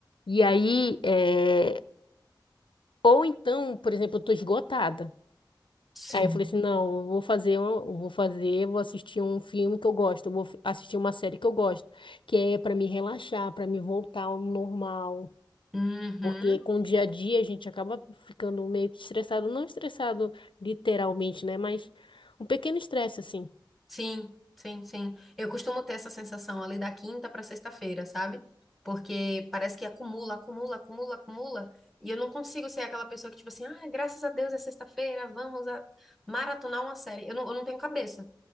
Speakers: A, on the left (about 80°); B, in the centre.
A: E aí é, ou então, por exemplo, eu tô esgotada.
B: Sim.
A: Aí eu falei assim, não, eu vou fazer, um- eu vou fazer, vou assistir um filme que eu gosto, eu vou f- assistir uma série que eu gosto, que é para me relaxar, para me voltar ao normal.
B: Uhum.
A: Porque com o dia a dia a gente acaba ficando meio que estressado, não estressado literalmente, né? Mas um pequeno estresse assim.
B: Sim, sim, sim. Eu costumo ter essa sensação ali da quinta para sexta-feira, sabe? Porque parece que acumula, acumula, acumula, acumula. E eu não consigo ser aquela pessoa que, tipo assim, ah, graças a Deus é sexta-feira, vamos a- maratonar uma série. Eu não, eu não tenho cabeça,